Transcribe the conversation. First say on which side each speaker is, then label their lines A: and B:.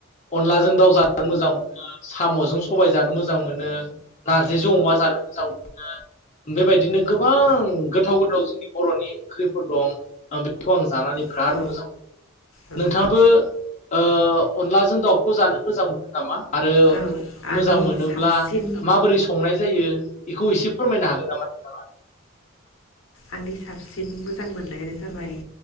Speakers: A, on the left; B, on the left.
A: अनलाजों दाउ जानो मोजां मोनो साम'जों सबाय जानो मोजां मोनो नारजिजों अमा जानो मोजां मोनो बेबायदिनो गोबां गोथाव गोथाव जोंनि बर'नि ओंख्रिफोर दं बेखौ आं जानानै बिराद
B: औ
A: मोजां मोनो
B: औ
A: नोंथाङाबो ओ अनलाजों दाउखौ जानो मोजां मोनो नामा आरो
B: औ आंनि
A: मोजां मोनोब्ला
B: साबसिन
A: माबोरै संनाय जायो बेखौ एसे फोरमायनो हागोन नामा नोंथाङा
B: आंनि साबसिन मोजां मोननायानो जाबाय